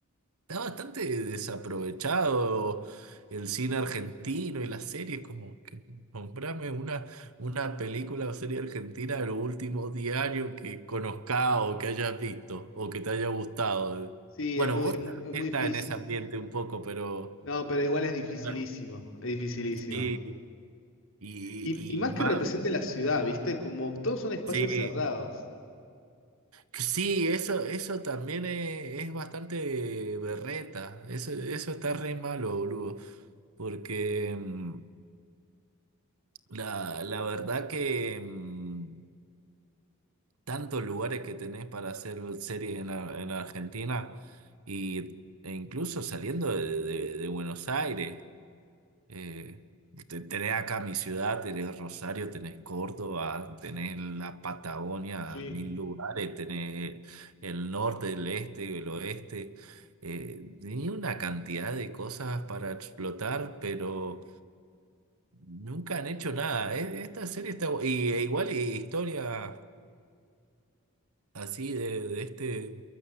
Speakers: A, on the right; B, on the left.
A: Está bastante desaprovechado el cine argentino y las series, como que nombrame una, una película o serie argentina de los últimos 10 años que conozcas o que hayas visto o que te haya gustado.
B: Sí,
A: Bueno,
B: es muy,
A: vos
B: es mu-
A: también
B: es muy
A: estás
B: difícil.
A: en ese ambiente un poco, pero
B: No, pero igual es dificilísimo,
A: bueno,
B: es dificilísimo.
A: sí, y,
B: Y, y más
A: y más.
B: que represente la ciudad, ¿viste? Como todos son espacios
A: Sí,
B: cerrados.
A: sí, eso, eso también es, es bastante berreta. Eso, eso está re malo, boludo. Porque. mm, La, la verdad que mm, tantos lugares que tenés para hacer series en, la- en Argentina y, e incluso saliendo de, de- de Buenos Aires. eh, te- tenés acá mi ciudad, tenés Rosario, tenés Córdoba, tenés la Patagonia,
B: Sí,
A: mil lugares, tenés el norte, el este, el oeste. Eh, tenía una cantidad de cosas para explotar, pero... Nunca han hecho nada. E- Esta serie está... bu- Y e igual y historia así de, de este,